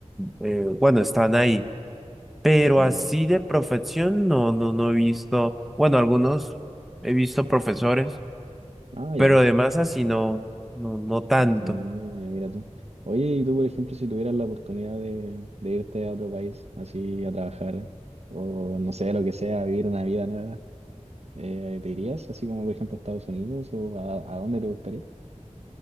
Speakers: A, in the centre; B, on the right.
A: eh, bueno, están ahí. Pero
B: ah,
A: así de profesión, no, no, no he visto, bueno, algunos he visto profesores,
B: ya. Ah,
A: pero
B: ya.
A: además así no, no, no tanto.
B: Ah, ya mira tú. Oye, y tú, por ejemplo, si tuvieras la oportunidad de, de irte a otro país, así a trabajar, o no sé, lo que sea, a vivir una vida nueva, eh, ¿te irías así como, por ejemplo, a Estados Unidos o a, a dónde te gustaría?